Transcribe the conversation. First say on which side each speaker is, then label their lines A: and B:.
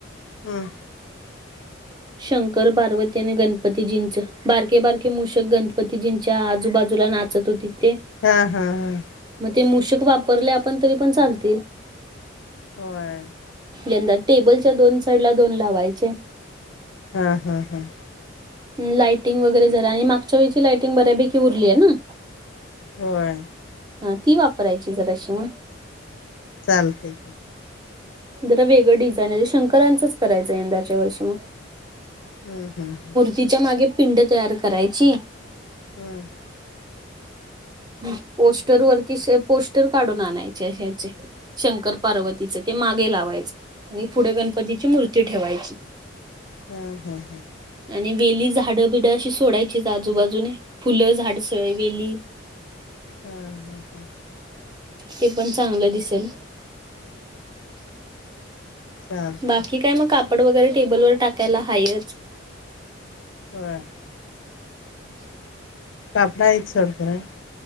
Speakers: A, on the left; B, on the right.
A: हां.
B: शंकर, पार्वती आणि गणपतीजींचं. बारके बारके मूषक गणपतीजींच्या आजूबाजूला नाच त होती ते.
A: हां हां हां.
B: मग ते मूषक वापरले आपण तरी पण चालतील.
A: होय.
B: यंदा टेबलच्या दोन साईडला दोन लावायचे.
A: हा हा हा.
B: लायटिंग वगैरे जरा आणि मागच्या वेळची लायटिंग बऱ्यापैकी उरली आहे ना.
A: होय.
B: हां ती वापरायची जराशी मग.
A: चालतंय.
B: जरा वेगळं डिझाईन आहे, ते शंकरांचंच करायचं हाय यंदाच्या वर्षी.
A: हं हं.
B: तिच्यामागे पिंड तयार करायची.
A: हम्म.
B: हं पोस्टर वरती <unintelligible> पोस्टर काढून आणायचे ह्याचे. शंकर, पार्वतीचं ते मागे लावायचं आणि पुढे गणपतीची मूर्ती ठेवायची. <inaudible>
A: हां हां.
B: आणि वेली, झाडं बिड अशी सोडायचीच आजूबाजूने, फुलं झाड स वेली.
A: हां हां हां.
B: ते पण चांगलं दिसेल.
A: चालते
B: बाकी काय मग कापड वगैरे टेबलवर टाकायला हायच.
A: होय. <unintelligible> सर खरं.